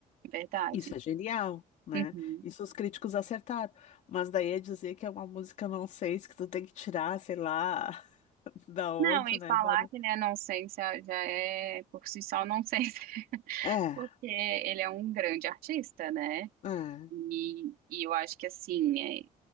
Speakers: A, on the right; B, on the left.
A: Verdade.
B: Isso é genial, né?
A: Uhum.
B: Isso os críticos acertaram. Mas daí é dizer que é uma música não sei que tu tem que tirar, sei lá, <laughs> da onde,
A: Não, e
B: né,
A: falar
B: Bárbara?
A: que ele é nonsense é, já é por si só nonsense, <laughs>
B: É,
A: porque ele é um grande artista, né?
B: é.
A: E, e eu acho que assim,